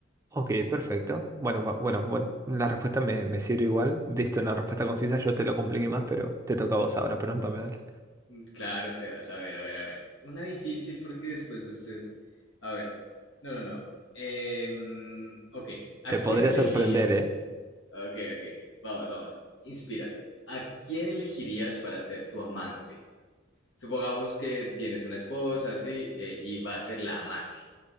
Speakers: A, on the right; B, on the left.
A: Ok, perfecto. Bueno, va- bueno, bueno, la respuesta me, me sirve igual. Diste una respuesta concisa, yo te lo compliqué más, pero te toca a vos ahora, pregúntame, dale.
B: Mm, Claro, Sebas. A ver, a ver, a ver. Una difícil porque después de usted. A ver. No, no, no. Em, ok. ¿A
A: Te
B: quién
A: podría
B: elegirías?
A: sorprender, ¿eh?
B: Ok, ok. Vamos, vamos. Inspírate. ¿A quién elegirías para ser tu amante? Supongamos que tienes una esposa, así, eh, y va a ser la amante.